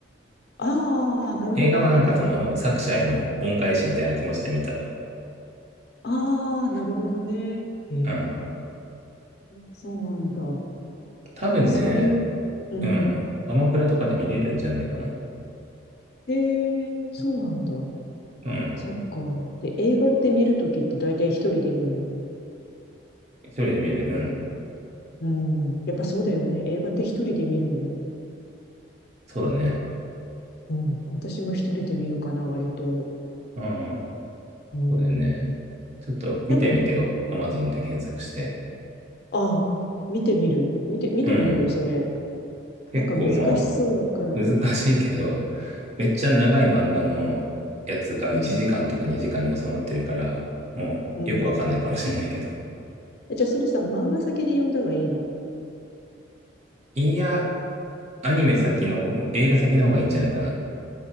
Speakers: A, on the left; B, on the right.
A: ああ、なるほどね、
B: 映画はなんかその作者への恩返しみたいな気持ちで見た。
A: なるほどね。ああ、なるほどね。ええ、
B: うん。
A: そうなんだ。
B: 多分ね、
A: で、そういう、うん。
B: うん。アマプラとかで見れるんじゃないかな。
A: ええ、そうなんだ。
B: うん。
A: そっか。で、映画って見るときって大体一人で見に
B: 一人で見る。うん。
A: うん。やっぱそうだよね。映画って一人で見るよね。
B: そうだね。
A: うん。私も一人で見るかな、割と。
B: うん。
A: うん。
B: そうだよね。ちょっと見てみてよ。
A: なんかね、
B: アマゾンで検索して。
A: ああ、見てみる。見て、見てみるよ、
B: うん。
A: それ。
B: 結構ま
A: なんか難しそうだから。
B: あ、難しいけど、めっちゃ長い漫画のやつが1時間とか2時間に収まってるから、
A: うん。
B: もうよくわかんないかもしれないけど。
A: うん。え、じゃあそれさ、漫画先で読んだ方がいいの
B: いや、アニメ先の方、映画先の方がいいんじゃないかな。